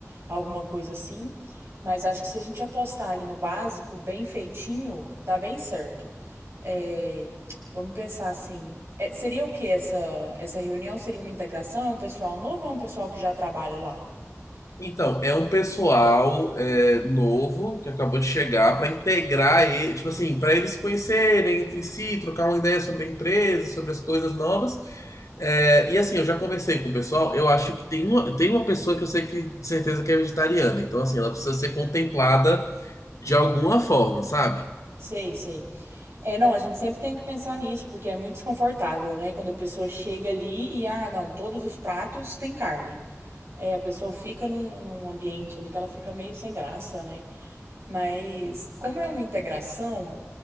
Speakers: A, on the right; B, on the left.
A: alguma coisa assim. Mas acho que se a gente apostar ali no básico, bem feitinho, dá bem certo. É, vamos pensar assim, é, seria o que essa essa reunião? Seria uma integração? É um pessoal novo ou é um pessoal que já trabalha lá?
B: Então, é um pessoal é, novo que acabou de chegar para integrar ele, tipo assim, para eles se conhecerem entre si, trocar uma ideia sobre a empresa, sobre as coisas novas. É, e assim, eu já conversei com o pessoal, eu acho que tem uma, tem uma pessoa que eu sei que de certeza que é vegetariana, então assim, ela precisa ser contemplada de alguma forma, sabe?
A: Sei, sei. É, não, a gente sempre tem que pensar nisso, porque é muito desconfortável, né? Quando a pessoa chega ali e, ah, não, todos os pratos têm carne. É, a pessoa fica num, num ambiente ali que ela fica meio sem graça, né? Mas, como é uma integração,